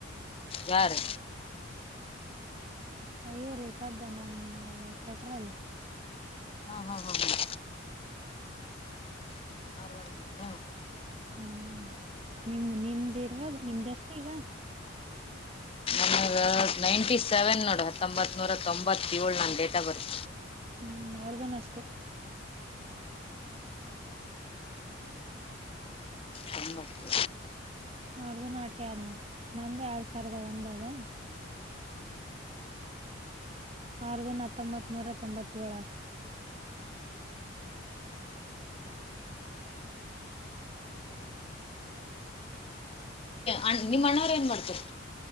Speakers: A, on the left; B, on the right.
A: ಯಾರು
B: ಇವ್ರೀ ನಮ್ ಕೊಟ್ರಲ್ಲ
A: ಹಾ ಹಾ ಹಾ ಹಾ
B: <inaudible>
A: ನಿಮ್ಮ್ ಅಣ್ಣಾ ಅವರ ವರ್ಗೆನ
B: ಹ್ಮ್ ನಿಮ ನಿಮ್ದ ಇರ್ರುವಾಗ ನಿಮ್ದಷ್ಟೇ ಈಗ
A: ನನಗೆ ನೈಂಟಿ ಸೆವೆನ್ ನೋಡಿ ಹತ್ತೊಂಬತ್ತು ನೂರ ತೊಂಬತ್ತೇಳು ನನ್ನ ಡೇಟ್ ಆಫ್ ಬರ್ತ
B: ಹ್ಮ್ ಅವ್ರಗನು ಅಷ್ಟೆ
A: ತೊಂಬತ್ತು
B: ಅವರ್ದು ನಾಟಿನಂದು ಎರಡ್ ಸಾವಿರದ ಬಂದದ ಅವಗುನು ಹತ್ತೊಂಬತ್ ನೂರ ತೊಂಬತ್ತು ಏಳು ಆಯ್ತು
A: ಅ ನಿಮ್ಮ್ ಅಣ್ಣವ್ ಏನ್ ಮಾಡ್ತಾರೆ